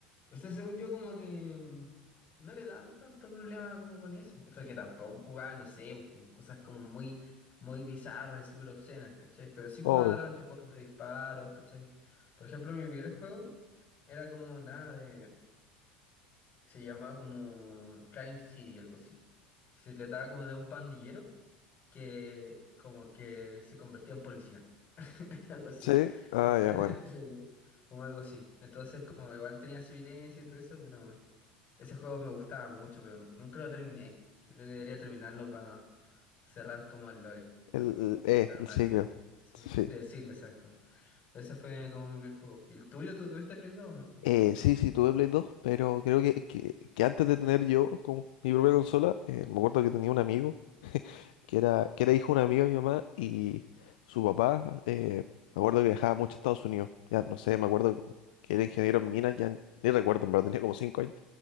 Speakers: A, on the left (about 40°); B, on the left (about 70°).
A: O sea, según yo, como que mm, no le dan tanto problema como con eso. O sea, que tampoco jugaba, no sé, pues, como cosas como muy, muy bizarras y súper obscenas, ¿cachai? Pero sí
B: Obvio.
A: jugaba de repente juegos de disparos, ¿cachai? Por ejemplo, mi primer juego era como nada de se llamaba como Crime City, algo así. Y se trataba como de un pandillero que como que se convertía en policía, <laughs> algo así.
B: Sí. Ah,
A: Entonces,
B: ya, bueno.
A: <laughs> como, como algo así. Entonces como igual tenía su violencia y todo eso, pero ese juego me gustaba mucho, pero nunca lo terminé. Yo creo que debería terminarlo para cerrar como el lore, pero,
B: El, el, eh,
A: pero
B: el
A: nada,
B: ciclo.
A: eso fue. Sí,
B: Sí.
A: sí, el siglo, exacto. Ese fue como mi primer juego. ¿Y el tuyo? ¿Tú tuviste Play 2, no?
B: Eh, sí, sí, tuve Play 2, pero creo que, que, que antes de tener yo como mi propia consola, eh, me acuerdo que tenía un amigo que era, que era hijo de un amigo de mi mamá y su papá, eh, me acuerdo que viajaba mucho a Estados Unidos, ya no sé, me acuerdo que era ingeniero en minas, ya ni recuerdo, pero tenía como cinco años,